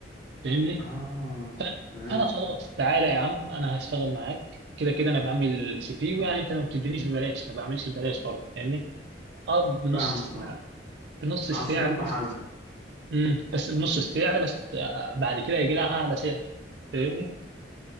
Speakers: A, on the right; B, on the left.
A: فاهمني
B: <laughs> آه
A: ف-
B: فهمت
A: فانا خلاص تعالى يا عم انا هشتغل معاك كده كده انا بعمل سي في ويعني انت ما بتدينيش ببلاش ما بعملش ببلاش برضه فاهمني اه بنص
B: فاهمك
A: السعر
B: اه
A: بنص السعر
B: عصفورين بحجر
A: بس امم بس بنص السعر بس آه، بعد كده يجي لها اعلى سعر فاهمني